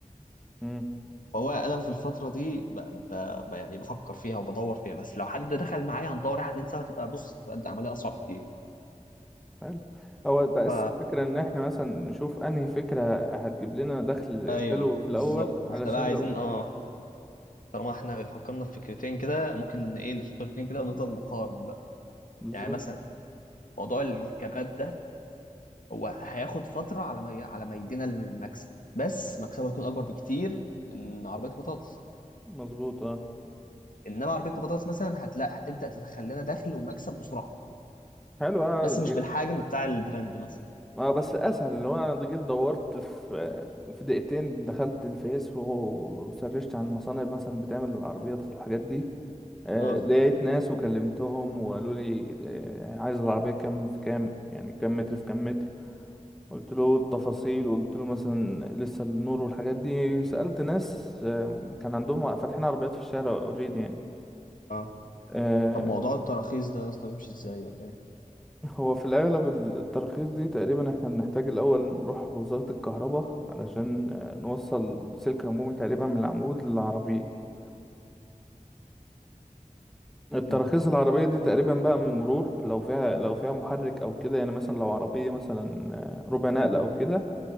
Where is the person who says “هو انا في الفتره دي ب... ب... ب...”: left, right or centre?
Left